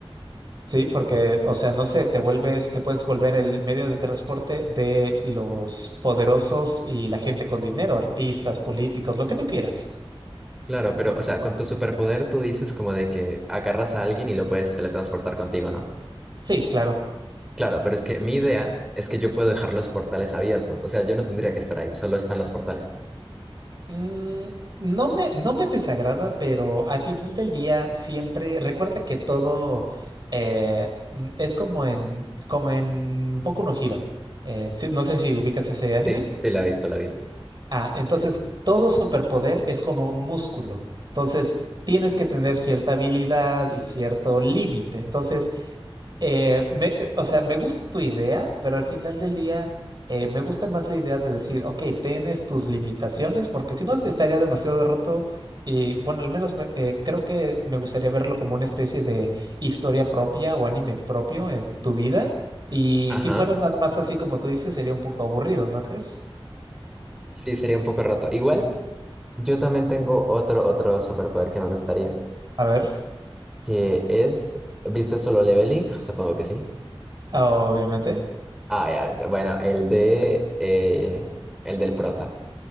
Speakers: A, on the right; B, in the centre.
A: ¿sí? Porque, o sea, no sé, te vuelves, te puedes volver el medio de transporte de los poderosos y la gente con dinero, artistas, políticos, lo que tú quieras.
B: Claro, pero, o sea, con tu superpoder tú dices como de que agarras a alguien y lo puedes teletransportar contigo, ¿no?
A: Sí, claro.
B: Claro, pero es que mi idea es que yo puedo dejar los portales abiertos. O sea, yo no tendría que estar ahí, solo están los portales.
A: Mm, no me, no me desagrada, pero al final del día siempre recuerda que todo eh, mm, es como en, como en Boku no Hero. Eh, sí, no sé si ubicas ese anime.
B: Sí, sí, la he visto, la he visto.
A: Ah, entonces todo superpoder es como un músculo. Entonces tienes que tener cierta habilidad y cierto límite. Entonces eh, me- eh, o sea, me gusta tu idea, pero al final del día eh, me gusta más la idea de decir, ok, tienes tus limitaciones, porque si no estaría demasiado roto y bueno, al menos me- eh, creo que me gustaría verlo como una especie de historia propia o anime propio en tu vida. Y
B: Ajá.
A: si fuera nada más así como tú dices, sería un poco aburrido, ¿no crees?
B: Sí, sería un poco roto. Igual, yo también tengo otro, otro superpoder que me gustaría,
A: A ver,
B: que es, ¿viste solo leveling? Supongo que sí.
A: obviamente.
B: Ah, obviamente. Bueno, el de, eh, el del prota.